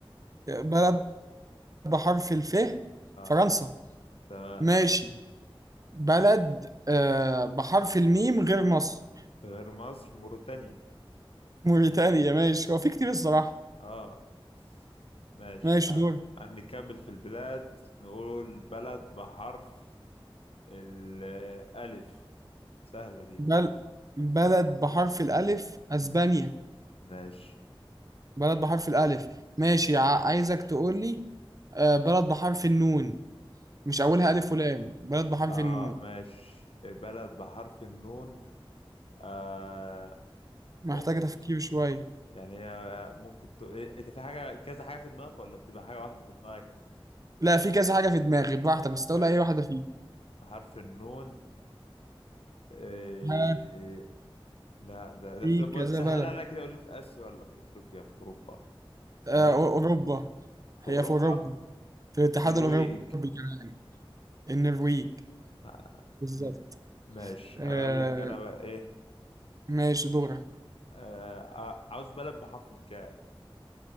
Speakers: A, on the right; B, on the left.
A: بلد بحرف الف
B: اه
A: فرنسا
B: تمام
A: ماشي بلد آه بحرف الميم غير مصر
B: غير مصر موريتانيا
A: موريتانيا ماشي هو في كتير الصراحة
B: اه ماشي
A: ماشي
B: يا
A: دور
B: عم نكمل في البلاد نقول بلد بحرف الألف سهلة دي
A: بل بلد بحرف الألف أسبانيا
B: مم. ماشي
A: بلد بحرف الألف ماشي ع- عايزك تقول لي آه بلد بحرف النون مش أولها ألف ولام بلد بحرف
B: اه
A: النون
B: ماشي بلد بحرف النون آه
A: محتاجة
B: ممكن
A: تفكير شوية
B: يعني هي ممكن تقول إيه، انت في حاجة كذا حاجة في دماغك ولا بتبقى حاجة واحدة في دماغك
A: لا في كذا حاجة في دماغي براحتك بس
B: بجد
A: تقول أي واحدة فيه
B: بحرف النون إيه...
A: ها
B: لا ده ده
A: في
B: في... طب
A: كذا
B: سهل
A: بلد
B: عليا كده قول لي في آسيا ولا في أفريقيا في أوروبا سهل
A: آه أو- أوروبا
B: في
A: هي
B: أوروبا
A: في أوروبا في الاتحاد
B: نرويج
A: الأوروبي كمان النرويج
B: آه،
A: بالظبط
B: م- ماشي
A: آه
B: اقول لك انا بقى ايه
A: ماشي دورك
B: آه... ع- عاوز بلد بحرف الكاف